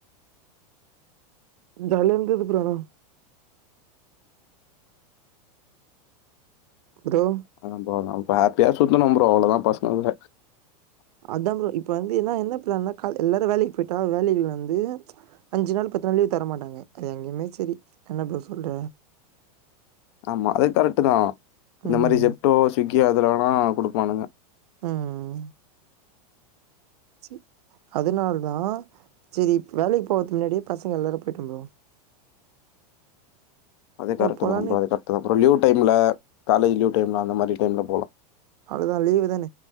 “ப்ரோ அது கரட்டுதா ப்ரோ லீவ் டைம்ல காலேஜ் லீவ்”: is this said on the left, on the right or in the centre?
Left